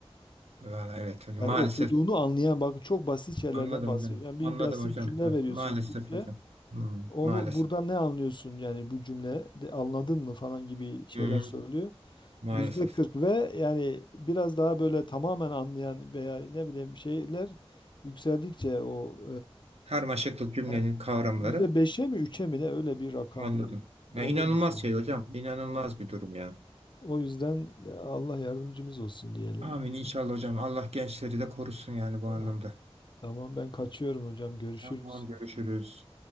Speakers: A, on the right; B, on the left.
A: Vallahi evet hocam.
B: Yani
A: Maalesef.
B: okuduğunu anlayan, bakın çok basit şeylerden
A: Anladım
B: bahsediyor.
A: hocam.
B: Yani bir
A: Anladım
B: basit
A: hocam.
B: cümle veriyorsunuz
A: Maalesef
B: Türkçe.
A: hocam. Hı.
B: Onu
A: Maalesef.
B: buradan ne anlıyorsun yani bu cümle de anladın mı falan gibi şeyler
A: Hı hı.
B: soruluyor.
A: Maalesef.
B: Yüzde 40 ve yani biraz daha böyle tamamen anlayan veya ne bileyim şeyler yükseldikçe o
A: Karmaşıklık cümlenin
B: e,
A: kavramları.
B: yüzde 5'e mi 3'e mi ne öyle bir rakamdı.
A: Anladım. Ya
B: Ona
A: inanılmaz
B: düşüyor.
A: şey hocam. İnanılmaz
B: Evet.
A: bir durum ya.
B: O yüzden e, Allah yardımcımız olsun diyelim.
A: Amin inşallah hocam. Allah gençleri de korusun yani bu
B: Ha,
A: anlamda.
B: Tamam ben kaçıyorum hocam görüşürüz.
A: Tamam görüşürüz.